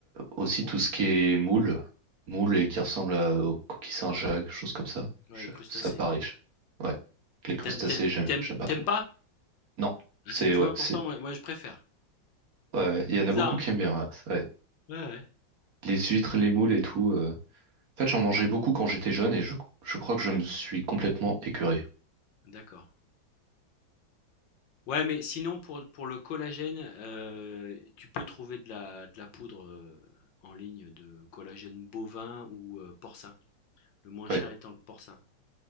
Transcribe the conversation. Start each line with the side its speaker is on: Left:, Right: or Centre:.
Right: aussi
Left: Oh,
Right: tout ce qui est moule, moule et qui ressemble à, aux coquilles Saint-Jacques, choses comme ça.
Left: Ouais,
Right: Je-
Left: les crustacés.
Right: ça pareil.
Left: hein.
Right: je- ouais. Les
Left: T'a-
Right: crustacés,
Left: t'a- t'a-
Right: j'aime,
Left: T'aimes
Right: j'aime pas
Left: t'aimes
Right: trop.
Left: pas
Right: Non,
Left: Ah,
Right: c'est
Left: Ça, tu
Right: ouais,
Left: vois,
Right: c'est
Left: pourtant, moi, moi, je préfère.
Right: ouais, ouais. il
Left: C'est
Right: y
Left: bizarre,
Right: en a beaucoup qui
Left: hein
Right: aiment bien. ouais. Ouais.
Left: Ouais, ouais.
Right: Les huîtres, les moules et tout. euh, En fait, j'en mangeais beaucoup quand j'étais jeune et je, je crois que je me suis complètement écœuré.
Left: D'accord. Ouais, mais sinon pour pour le collagène, heu, tu peux trouver de la de la poudre, heu, en ligne de collagène bovin ou, heu, porcin. Le moins cher
Right: Ouais,
Left: étant le porcin